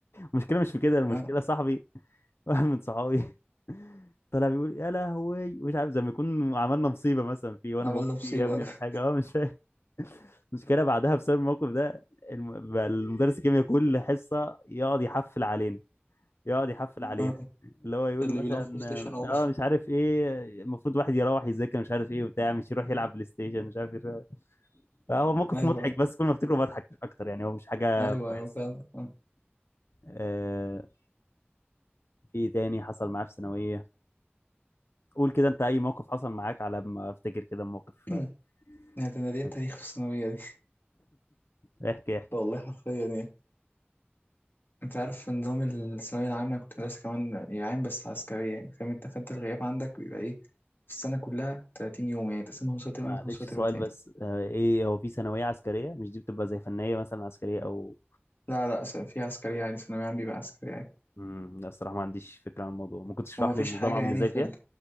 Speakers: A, on the left; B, on the left.
A: المشكله مش في كده المشكله
B: اه
A: صاحبي <laughs> واحد من صحابي <laughs> طلع بيقول يا لهوي مش عارف زي ما يكون عملنا مصيبه مثلا فيه وانا
B: عملنا
A: بقول له
B: مصيبة
A: في إيه يا ابني مش حاجه اه مش فاهم <laughs> المشكله بعدها بسبب الموقف ده الم- بقى المدرس الكيمياء كل حصه يقعد يحفل علينا يقعد يحفل
B: آه.
A: علينا اللي هو يقول
B: اللي
A: مثلا
B: بيلعب بلاي ستيشن أو
A: اه
B: <laughs>
A: مش عارف ايه المفروض واحد يروح يذاكر مش عارف ايه وبتاع مش يروح يلعب بلاي ستيشن مش عارف ايه فهو موقف
B: أيوه
A: مضحك بس كل ما افتكره بضحك مش اكتر يعني هو مش حاجه
B: أيوه
A: كويسه
B: أيوه فاهم آه.
A: آه في إيه تاني حصل معاه في ثانويه قول كده انت اي موقف حصل معاك على ما افتكر كده موقف
B: <clears throat>
A: آه،
B: يعني ده أنا
A: <laughs>
B: ليا تاريخ
A: مزح.
B: في الثانوية دي
A: احكي احكي
B: والله حرفيا يعني أنت عارف نظام الثانوية العامة أنا كنت مدرسة كمان يعني عام بس عسكرية يعني فاهم أنت فأنت الغياب عندك بيبقى إيه في السنة كلها 30 يوم يعني تقسمهم نص ترم
A: معلش
B: أو نص
A: سؤال
B: ترم تاني
A: بس آه ايه هو في ثانويه عسكريه مش دي بتبقى زي فنيه مثلا عسكريه او
B: لا لا س- في عسكرية عادي ثانوية عام بيبقى عسكرية عادي
A: امم لا الصراحه ما عنديش فكره عن الموضوع ممكن تشرح
B: هو مفيش
A: لي النظام
B: حاجة
A: عامل
B: يعني
A: ازاي
B: في
A: فيها
B: ال...